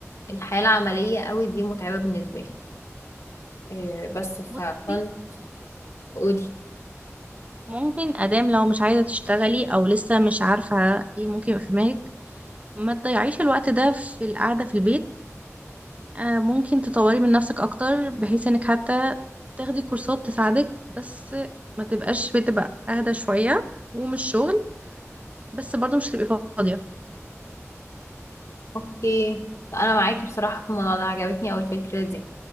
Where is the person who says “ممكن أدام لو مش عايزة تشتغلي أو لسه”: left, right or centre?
Right